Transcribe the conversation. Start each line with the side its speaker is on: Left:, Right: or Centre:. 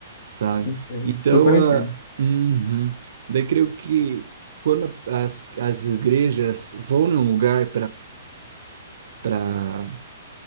Right: sabe?
Left: Entendo.
Right: Então,
Left: Super entendo.
Right: ah, uhum. Daí creio que quando as, as igrejas vão num lugar para